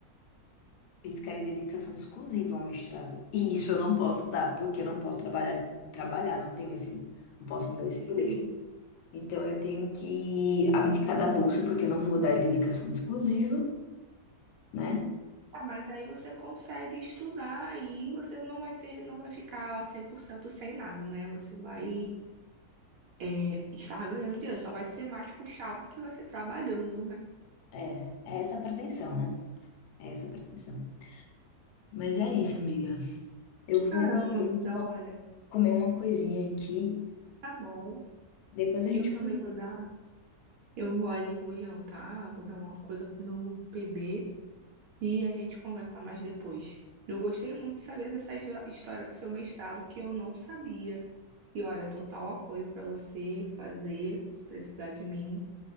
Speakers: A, on the left; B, on the right.
A: Eles querem dedicação exclusiva ao mestrado. E isso eu não posso dar, porque eu não posso trabalhar, trabalhar, não tenho esse, não posso me dar esse
B: Sim.
A: luxo. Então, eu tenho que abdicar da bolsa, porque eu não vou dar dedicação exclusiva, né?
B: Ah, mas aí você consegue estudar e você não vai ter, não vai ficar 100% sem nada, né? Você vai é, estar ganhando dinheiro, só vai ser mais puxado porque vai ser trabalhando, né?
A: É, é essa a pretensão, né? É essa a pretensão. Mas é isso, amiga. Eu vou,
B: Caramba,
A: eu
B: amiga,
A: vou só
B: olha,
A: comer uma coisinha aqui.
B: tá bom.
A: Depois a gente
B: Eu também
A: continua.
B: vou dar, eu vou ali, vou jantar, vou dar uma coisa pro meu bebê e a gente conversa mais depois. Eu gostei muito de saber dessa história do seu mestrado que eu não sabia. E olha, total apoio pra você fazer, se precisar de mim,